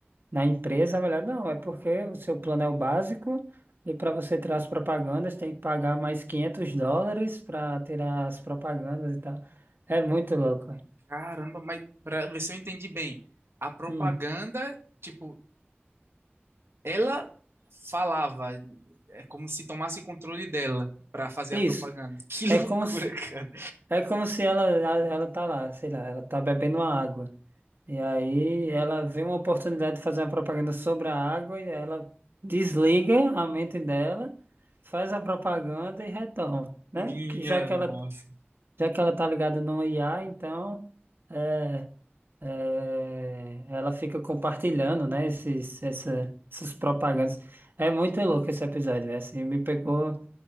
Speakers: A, on the right (about 60°); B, on the right (about 75°).
A: na empresa, a mulher, não, é porque o seu plano é o básico e para você tirar as propagandas tem que pagar mais 500 dólares para tirar as propagandas e tal. É muito louco, velho.
B: Caramba, mas para ver se eu entendi bem, a propaganda,
A: Hum.
B: tipo, ela falava, é como se tomasse controle dela para fazer
A: Isso.
B: a propaganda. <laughs> Que
A: É
B: loucura,
A: como se,
B: cara.
A: é como se ela, ela, ela tá lá, sei lá, ela tá bebendo uma água. E aí ela vê uma oportunidade de fazer uma propaganda sobre a água e ela desliga a mente dela, faz a propaganda e retorna, né?
B: Minha
A: Que já que ela
B: nossa.
A: já que ela tá ligada no IA, então é, é, ela fica compartilhando, né? Esses essa, essas propagandas. É muito louco esse episódio, velho. Assim, me pegou,